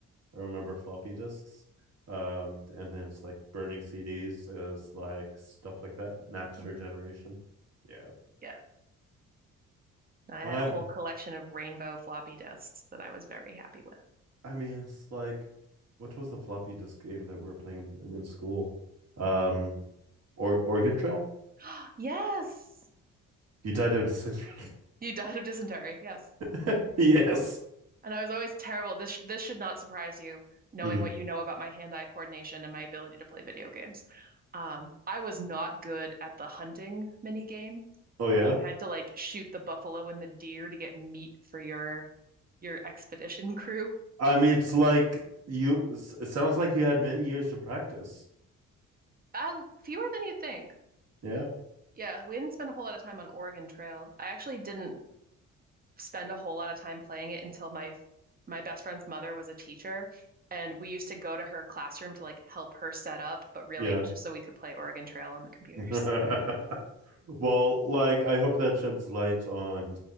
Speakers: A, on the right; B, on the right.
A: I remember floppy disks. Um, and then it's like burning CDs is like stuff like that. Napster
B: hmm
A: generation. Yeah.
B: Yeah. I
A: I
B: had a whole collection of rainbow floppy disks that I was very happy with.
A: I mean it's like what was the floppy disk game that we were playing in, school? Um or Oregon Trail?
B: <gasps> Yes.
A: You died of dysentery.
B: You died of dysentery. Yes.
A: <laughs> yes.
B: And I was always terrible. This sh- this should not surprise you, knowing
A: Mhm.
B: what you know about my hand-eye coordination and my ability to play video games. Um, I was not good at the hunting mini game
A: Oh yeah.
B: where you had to like shoot the buffalo and the deer to get meat for your your expedition <laughs> crew.
A: I mean it's like you it sounds like you had many years to practice.
B: Uh, fewer than you'd think.
A: Yeah.
B: Yeah, we didn't spend a whole lot of time on Oregon Trail. I actually didn't spend a whole lot of time playing it until my my best friend's mother was a teacher and we used to go to her classroom to like help her set up, but really
A: Yeah.
B: it was just so we could play Oregon Trail on the computers.
A: <laughs>
B: <laughs>
A: Well, like I hope that sheds light on